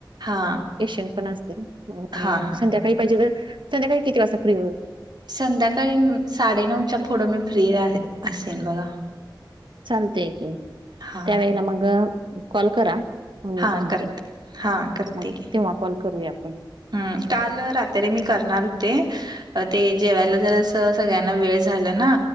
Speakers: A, on the right; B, on the right.
A: हा
B: एशियन पण असतील आणि
A: हा हा
B: संध्याकाळी पाहिजे तर संध्याकाळी किती वाजता फ्री होईल?
A: संध्याकाळी साडेनऊच्या पुढं मी फ्री आहे असेन बघा.
B: चालतय की
A: हा
B: त्यावेेळेला मग कॉल करा. मी
A: हा
B: सांगते,
A: करते हा करते
B: हं
A: की
B: तेव्हा कॉल करूया आपण.
A: हम्म.. काल रात्री मी करणार होते. अ अ ते जेवायला जरास सगळ्यांना वेळ झाला ना...